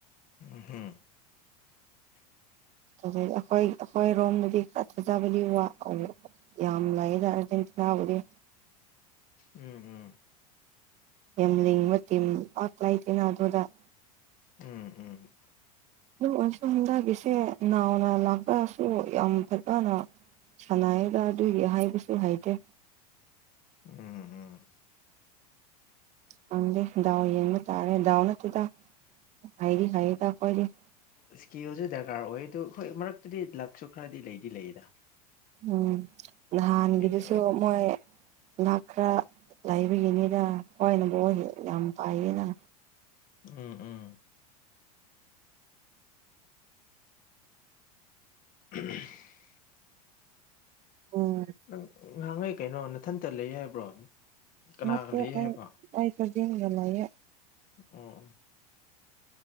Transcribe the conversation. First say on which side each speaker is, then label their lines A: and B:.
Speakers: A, on the left; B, on the right.
A: ꯍꯝ
B: ꯑꯗꯨꯗꯩꯗꯤ ꯑꯩꯈꯣꯏ ꯑꯩꯈꯣꯏ ꯔꯣꯝꯗꯗꯤ ꯈꯔ ꯊꯥꯖꯕꯗꯤ ꯋꯥ ꯌꯥꯝ ꯂꯩꯑꯗꯔꯖꯦꯟꯇꯤ ꯂꯎꯗꯦ
A: ꯎꯝ ꯎꯝ
B: ꯌꯥꯝꯂꯤꯡꯕꯤ ꯑꯣꯠꯂꯏꯇꯦꯅ ꯑꯗꯨꯗ
A: ꯎꯝ ꯎꯝ
B: ꯑꯗꯨ ꯑꯁꯨ ꯍꯝꯗꯥꯒꯤꯁꯦ ꯅꯥꯅ ꯂꯥꯛꯄꯁꯨ ꯌꯥꯝ ꯐꯕꯅ ꯁꯅꯥꯗ ꯑꯗꯨꯏꯒꯤ ꯍꯥꯏꯕꯁꯨ ꯍꯥꯏꯗꯦ
A: ꯎꯝ ꯎꯝ
B: ꯈꯪꯗꯦ ꯗꯥꯎ ꯌꯦꯡꯕ ꯇꯥꯔꯦ ꯗꯥꯎ ꯅꯠꯇꯦꯗ ꯍꯥꯏꯩꯗꯤ ꯍꯥꯏꯌꯦ ꯇ ꯈꯣꯏꯗꯤ
A: ꯀꯦꯜꯁꯨ ꯗꯔꯀꯥꯔ ꯑꯣꯏ ꯑꯗꯨ ꯍꯣꯏ ꯃꯔꯛꯇꯗꯤ ꯂꯛꯁꯨ ꯈꯔꯗꯤ ꯂꯩꯗꯤ ꯂꯩꯌꯦꯗ
B: ꯎꯝ ꯅꯥꯟꯅꯤꯒꯗꯤꯁꯨ
A: ꯇꯧꯋꯤꯗ
B: ꯃꯣꯏ ꯂꯥꯛ ꯈꯔ ꯂꯥꯏꯕꯒꯤꯅꯤꯗ ꯍꯋꯥꯏꯅꯕꯨ ꯌꯥꯝ ꯄꯥꯏꯌꯦꯅ
A: ꯎꯝ ꯎꯝ <inaudible>
B: ꯎꯝ
A: ꯅꯪꯍꯥꯡꯉꯩ ꯀꯩꯅꯣ ꯅꯊꯟꯇ ꯂꯩ ꯍꯥꯏꯕ꯭ꯔꯣ ꯀꯅꯥꯒ
B: ꯃꯦ
A: ꯂꯩ
B: ꯑꯩ
A: ꯍꯥꯏꯕ
B: ꯑꯩꯁ ꯌꯦꯟꯒꯂꯌꯦ
A: ꯑꯣ